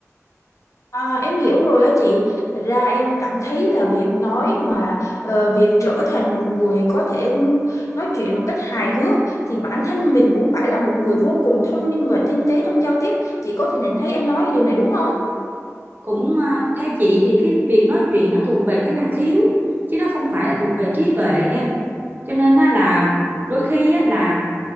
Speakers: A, on the left; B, on the right.
A: À, em hiểu rồi đó chị. Thật ra em cảm thấy là việc nói mà ờ, việc trở thành một người có thể nói chuyện một cách hài hước thì bản thân mình cũng phải là một người vô cùng thông minh và tinh tế trong giao tiếp. Chị có thể nhận thấy em nói điều này đúng không?
B: cũng ờ, theo chị thì cái việc nói chuyện nó thuộc về cái năng khiếu chứ nó không phải là thuộc về trí tuệ em cho nên là đôi khi là